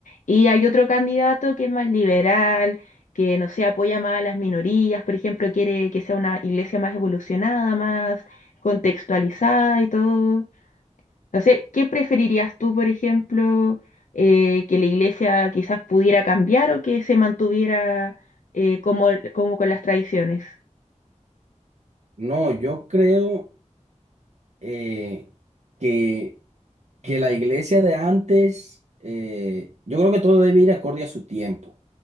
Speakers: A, on the left; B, on the right.
A: Y hay otro candidato que es más liberal, que no se apoya más a las minorías, por ejemplo, quiere que sea una iglesia más evolucionada, más contextualizada y todo. No sé, ¿qué preferirías tú, por ejemplo, eh, que la iglesia quizás pudiera cambiar o que se mantuviera eh, como, como con las tradiciones?
B: No, yo creo eh, que, que la iglesia de antes, eh, yo creo que todo debe ir acorde a su tiempo,